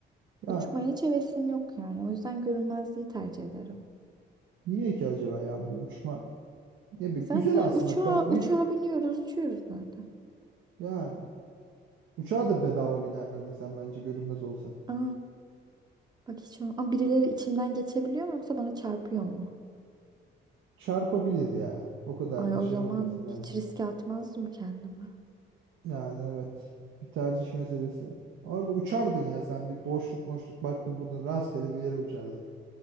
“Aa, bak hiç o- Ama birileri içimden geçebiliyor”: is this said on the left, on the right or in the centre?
Right